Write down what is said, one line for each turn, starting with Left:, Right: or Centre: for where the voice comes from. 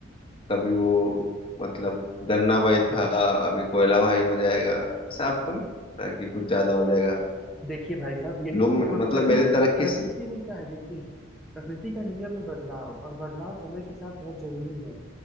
Left: कभी वो मतलब गन्ना भाई था अभी कोयला भाई हो जाएगा ऐसा आपको नहीं लगता कि कुछ ज्यादा हो जाएगा
Centre: देखिए भाई साहब यही
Left: लोग
Centre: तो
Left: मे-
Centre: प्र-
Left: मतलब
Centre: प्रकृति
Left: मेरे तरक्की
Centre: प्रकृति में क्या है देखिए प्रकृति का नियम है बदलाव और बदलाव समय के साथ बहुत जरूरी है